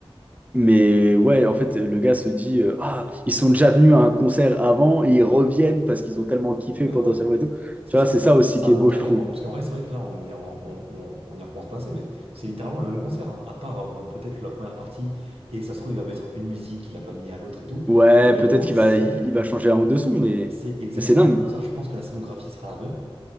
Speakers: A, on the right; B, on the right.
A: mais ouais, en fait, le gars se dit, euh, ah, ils sont déjà venus à un concert avant et ils reviennent parce qu'ils ont tellement kiffé
B: Bah
A: potentiellement
B: ouais.
A: et tout.
B: C'est
A: Tu
B: ça.
A: vois, c'est ça aussi
B: Ça
A: qui est
B: montre
A: beau, je
B: à
A: trouve.
B: quel point. Parce qu'en vrai, c'est vrai que là, on y, on, on- on y repense pas assez, mais c'est littéralement le même concert. hein. À part, bon, peut-être la première partie, et ça se trouve, il va mettre une musique qu'il a pas mis à l'autre et tout.
A: Ouais,
B: Mais globalement,
A: peut-être qu'il
B: c'est
A: va, il, il va changer un ou deux sons, mais,
B: c'est exactement
A: mais c'est dingue.
B: le même concert. Je pense que la scénographie sera la même.